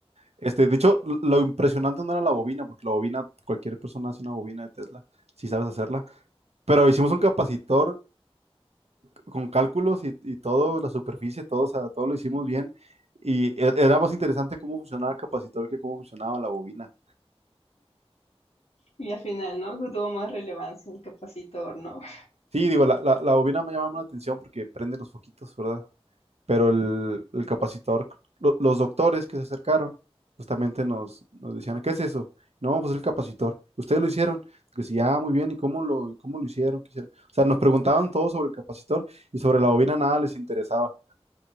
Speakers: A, on the right; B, on the left.
A: Este, de hecho, l- lo impresionante no era la bobina, porque la bobina, cualquier persona hace una bobina de Tesla, si sabes hacerla. Pero hicimos un capacitor con cálculos y, y todo, la superficie, todo, o sea, todo lo hicimos bien. Y e- era más interesante cómo funcionaba el capacitor que cómo funcionaba la bobina.
B: Y al final, ¿no? Que tuvo más relevancia el capacitor, ¿no? <laughs>
A: Sí, digo, la, la, la bobina me llamaba la atención porque prende los foquitos, ¿verdad? Pero el, el capacitor, lo- los doctores que se acercaron, justamente nos, nos decían, ¿qué es eso? No, pues el capacitor. ¿Ustedes lo hicieron? Que sí, ah, muy bien, ¿y cómo lo, cómo lo hicieron? ¿Qué hicieron? O sea, nos preguntaban todo sobre el capacitor y sobre la bobina nada les interesaba.